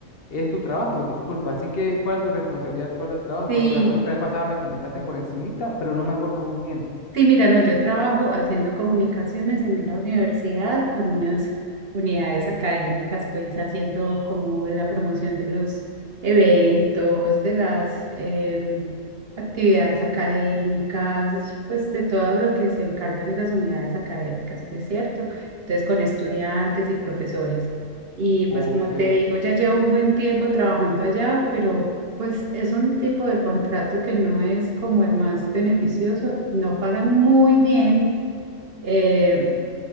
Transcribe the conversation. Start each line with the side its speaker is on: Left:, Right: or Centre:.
Left: es tu trabajo? Disculpa, así que, ¿cuál es tu responsabilidad actual de trabajo?
Right: Sí.
Left: Porque me acuerdo que la vez pasada me comentaste por encimita, pero no me acuerdo muy bien.
Right: Sí, mira, no, yo trabajo haciendo comunicaciones en una universidad con unas unidades académicas, pues haciendo como la promoción de los eventos, de las em, actividades académicas, pues de todo lo que se encargan esas unidades académicas, pues cierto. Entonces con estudiantes y profesores. Y pues
Left: Ok,
Right: como te digo, ya llevo un buen tiempo trabajando allá, pero pues es un tipo de contrato que no es como el más beneficioso, no pagan muy bien, eh,